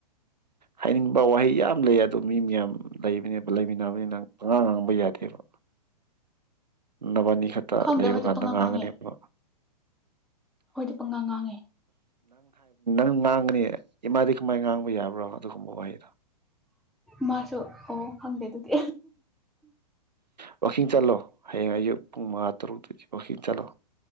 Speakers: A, on the right; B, in the centre.
A: ꯍꯥꯏꯅꯤꯡꯕ ꯋꯥꯍꯩ ꯌꯥꯝ ꯂꯩ ꯑꯗꯣ ꯃꯤ ꯃꯌꯥꯝ ꯂꯩꯕꯅꯦ ꯂꯩꯃꯤꯟꯅꯕꯅꯤ ꯅꯪ ꯑꯉꯥꯡ ꯉꯥꯡꯕ ꯌꯥꯗꯦꯕ ꯅꯅꯤ ꯠꯇ
B: ꯈꯪꯗꯦ
A: ꯂꯩꯕ
B: ꯑꯩꯈꯣꯏꯗꯤ
A: ꯀꯥꯟꯗ
B: ꯄꯪꯉꯥꯡ
A: ꯉꯥꯡꯒꯅꯦꯕ
B: ꯉꯥꯡꯉꯦ ꯑꯩꯈꯣꯏꯗꯤ ꯄꯪꯒ ꯉꯥꯡꯉꯦ
A: ꯉꯥꯡꯉꯅꯤ ꯏꯃꯥꯗꯤ ꯀꯃꯥꯏ ꯉꯥꯡꯕ ꯌꯥꯕ꯭ꯔꯣ ꯑꯗꯨꯒꯨꯝꯕ ꯋꯥꯍꯩꯗꯣ
B: ꯃꯥꯁꯨ ꯑꯣ ꯐꯪꯗꯦꯗꯗꯤ
A: ꯋꯥꯋꯥꯛꯀꯤꯡ ꯆꯠꯂꯣ ꯍꯌꯦꯡ ꯑꯌꯨꯛ ꯄꯨꯡ ꯃꯉꯥ ꯇꯔꯨꯛꯇꯒꯤ ꯋꯥꯛꯀꯤꯡ ꯆꯠꯂꯣ